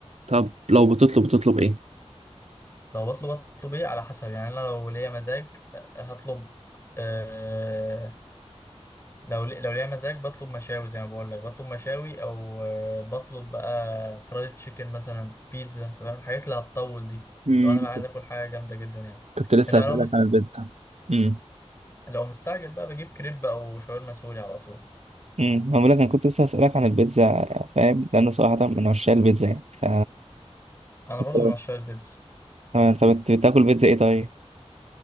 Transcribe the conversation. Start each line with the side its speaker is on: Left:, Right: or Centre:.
Right: طب لو بتطلب بتطلب ايه
Left: لو بطلب اطلب ايه على حسب يعني انا لو ليا مزاج آه، هطلب أه لو لي- لو ليا مزاج بطلب مشاوي زي ما بقول لك بطلب مشاوي او آه، بطلب بقى فرايد تشيكن مثلا بيتزا انت فاهم الحاجات اللي هتطول دي
Right: مم.
Left: لو انا بقى عايز اكل حاجه جامده جدا يعني
Right: كنت لسه
Left: انا
Right: هسألك
Left: لو مستني
Right: عن البيتزا امم
Left: لو مستعجل بقى بجيب كريب او شاورما سوري على طول
Right: امم بقول لك انا كنت لسه هسألك عن البيتزا فاهم لان صراحة من عشان البيتزا يعني ف
Left: انا
Right: انت
Left: برضو من عشاق البيتزا
Right: آه، أنت بت- بتاكل بيتزا ايه طيب